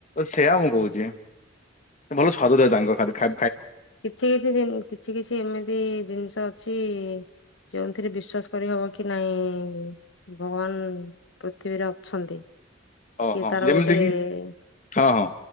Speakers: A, on the left (about 35°); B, on the left (about 65°).
A: ସେଇୟା ମୁଁ କହୁଛି ଭଲ ସ୍ଵାଦ ଥାଏ ତାଙ୍କ ଖାଇବାରେ।
B: କିଛିକିଛି ଜିନି କିଛିକିଛି ଏମିତି ଜିନିଷ ଅଛି। ଯେଉଁଥିରେ ବିଶ୍ଵାସ କରିହବ କି ନାଇଁ ଭଗବାନ ପୃଥିବୀରେ ଅଛନ୍ତି।
A: ଓହୋ
B: ସିଏ ତାର
A: ଯେମିତି
B: ଗୋଟେ
A: କିି
B: ଏ ଏ ଏ
A: ହଁ ହଁ